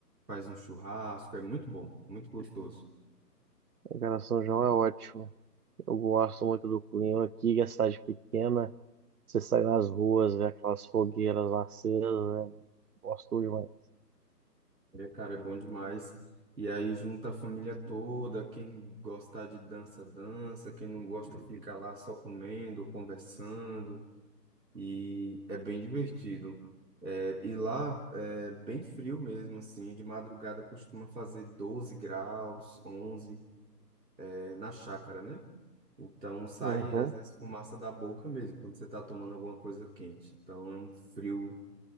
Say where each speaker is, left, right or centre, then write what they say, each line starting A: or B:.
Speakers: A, on the right; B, on the right.
A: faz um churrasco, é muito bom, muito gostoso.
B: A São João é ótimo. Eu gosto muito do clima aqui, que é cidade pequena. Você sai nas ruas, vê aquelas fogueiras acesas, né? Gosto demais.
A: É, cara, é bom demais. E aí junta a família toda, quem gostar de dança, dança, quem não gosta fica lá só comendo, conversando, e é bem divertido. É, e lá é bem frio mesmo, assim, de madrugada costuma fazer 12 graus, 11, é, na chácara, né? Então sai,
B: Uhum.
A: às vezes, fumaça da boca mesmo, quando você tá tomando alguma coisa quente. Então é um frio